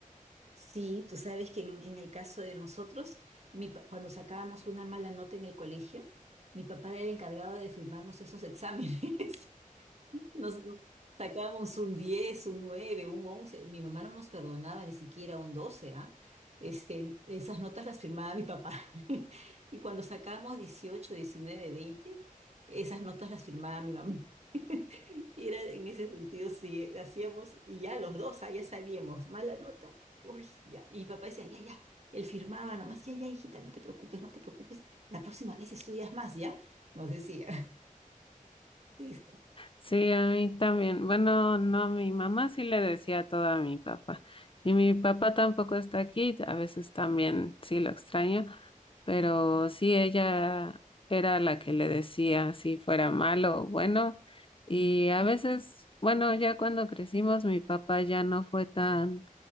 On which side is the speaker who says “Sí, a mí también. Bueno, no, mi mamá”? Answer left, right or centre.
Left